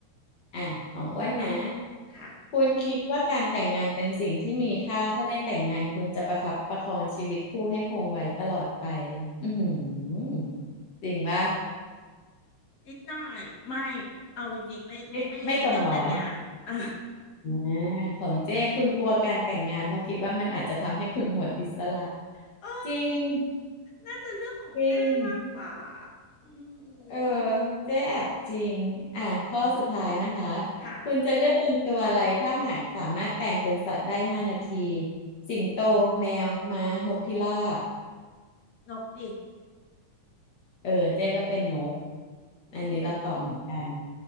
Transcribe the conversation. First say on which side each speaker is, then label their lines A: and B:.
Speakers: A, on the left; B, on the left.
A: อ่ะของอ้วนนะ
B: ค่ะ
A: คุณคิดว่าการแต่งงานเป็นสิ่งที่มีค่าถ้าได้แต่งงานคุณจะประคับประคองชีวิตคู่ให้คงไว้ตลอดไปอือหือจริงป่ะ
B: นิดหน่อย ไม่ เอาจริงๆไม่ไม่ไม่ได้คิดเรื่องแต่งงาน
A: ไม่ไม่ตรงร้อย
B: <laughs>
A: อ่าของเจ้คุณกลัวการแต่งงานเพราะคิดว่ามันอาจจะทำให้คุณหมดอิสระ
B: เออ
A: จริง
B: น่าจะเรื่องของเจ้มากกว่า
A: จริง
B: อื
A: เออ
B: ม
A: เจ๊แอบจริงอ่ะข้อสุดท้ายนะคะ
B: ค่ะ
A: คุณจะเลือกเป็นตัวอะไรถ้าหากสามารถแปลงเป็นสัตว์ได้ห้านาทีสิงโตแมวม้านกพิราบ
B: นกดิ
A: เออเจ๊ก็เป็นนก
B: อืม
A: อันนี้เราตอบเหมือนกัน